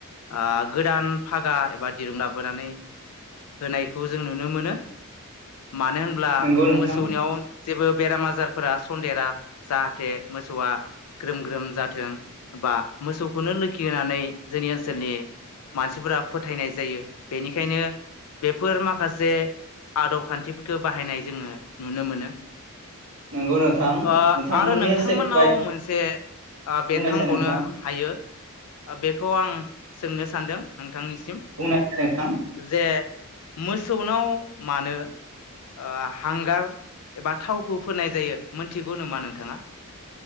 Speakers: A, on the left; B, on the right.
A: आ गोदान फागा एबा दिरुं लाबोनानै होनायखौ जों नुनो मोनो मानो होनोब्ला
B: नंगौ नोंथां
A: मोसौनियाव ज जेबो बेराम-आजारब फोरा सनदेरा जाहाते मोसौआ ग्रोम ग्रोम जाथों बा मोसौखौनो लोखि होननानै जोंनि ओन्सोलनि मानसिफोरा फोथायनाय जायो बेनिखायनो बेफोर माखासे आदब खान्थिफोरखौ बाहायनाय जोङो नुनो मोनो
B: नंगौ नोंथां
A: ओह
B: नोंथांमोननि
A: आरो नोंथांमोननाव
B: ओनसोल बायदि
A: मोनसे ओ बेरखांबनो
B: बुंनायसाय नोंथां
A: हायो बेखौ आं सोंनो सान्दों नोंथांनिसिम
B: बुंनायसाय नोंथां
A: जे मोसौनाव मानो ओ हांगार एबा थावखौ फुननाय जायो मिथिगौ नमा नोंथाङा?